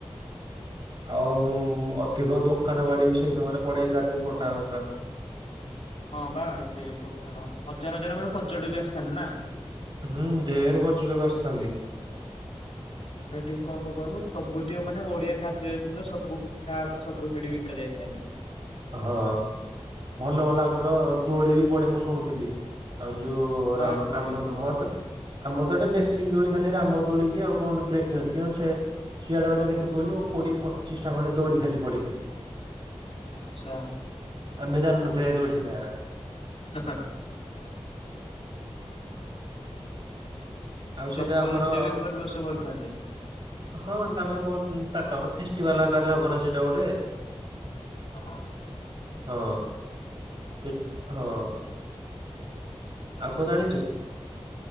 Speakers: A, on the right; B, on the left.
A: ଆଉ ମୁଁ ଅଧିକ ଦୋକାନ ବାଡି ବି ସେଇ ସମୟରେ ପଡେଇ ରାତି ଗୋଟାକ ପୁରା।
B: ହଁ ବା ସେଇ ହଜାର ହଜାର ମ-ପର୍ଯ୍ୟଟକ ବି ଆସିଥାନ୍ତି ନା?
A: ହୁଁ ଦେଢ ପର୍ଯ୍ୟଟକ ଆସିଥାନ୍ତି।
B: ଆମର ଏ ଟିକି କଣ କଣ କହିଲୁ ସବୁତିକ ମାନେ ଓଡିଆ ଖାଦ୍ୟତିକ ସବୁ ପିଠାକା ସବୁ ସେଠି ବିକା ଯାଏ। ହେଁ।
A: ହଁ ଭଲ ଭଲ ଆମର ଦୋଳି ବି ପଡେ ମୁଁ ଶୁଣୁଥିଲି ଆ ଯଉ
B: ହଁ
A: ରାମ-ଆମ
B: ଦୋଳିକୁ।
A: ଆମ ତ ଆମ ତ ଏଟେ ବେଶୀିକି ଦୋଳି ଖାଲି ରାମ୍ ରାମ ଦୋଳି କି ଆଉ କଣ ବ୍ରେକଡାନ୍ସ <unintelligible> ସିଆଡେ ମାନେ କେତେ କହିଲୁ କୋଡିଏ ପଚିଶ ଟା ଖଣ୍ଡେ ଦୋଳି ଖାଲି ପଡିଥାଏ।
B: ଆଛା।
A: ଆମେଜାନନୁ <unintelligible>
B: <unintelligible>
A: ଆଉ ସେଇଟା
B: ଲୋକ
A: ଆମର
B: ନୃତ୍ୟ ବି ପରିବେଶ କରିଥାନ୍ତି।
A: ହଁ ତାଙ୍କର କଣ ତା ତର ଫେଷ୍ଟିଭାଲ ଆଗରେ ହବ ନା ସେଇଟା ଗୋଟେ।
B: ହଁ।
A: ହଁ ସେ ହଁ। ଆଉ କ ଜାଣିଛୁ?